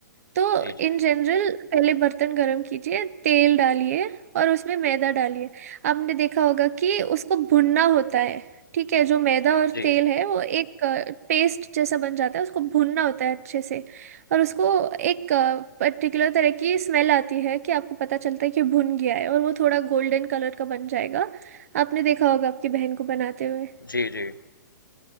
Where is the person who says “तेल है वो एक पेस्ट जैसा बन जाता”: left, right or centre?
Right